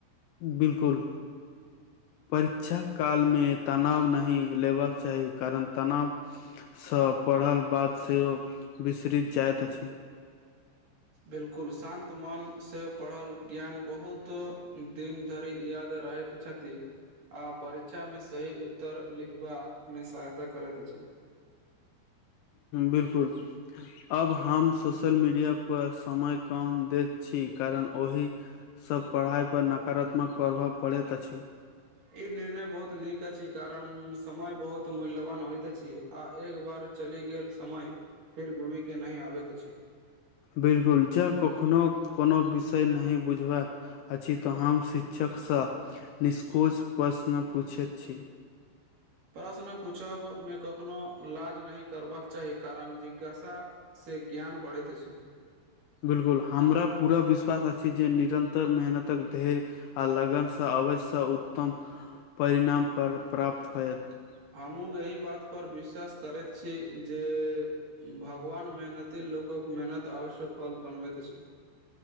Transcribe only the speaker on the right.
बिल्कुल शान्त मन से पढ़ल ज्ञान बहुत दिन धरि याद रहैत छथि आ परीक्षा मे सही उत्तर लिखबा मे सहायता करैत अछि
ई निर्णय बहुत नीक अछि कारण समय बहुत मूल्यवान होइत अछि आ एक बार चलि गेल समय फिर घूमय के नहि आबैत अछि
प्रश्न पूछब मे कखनो लाज नहि करबाक चाही कारण जिज्ञासा से ज्ञान बढ़ैत अछि
हमहूँ एहि बातपर विश्वास करैत छी जे भगवान मेहनती लोकक मेहनत अवश्य फल बनबैत अछि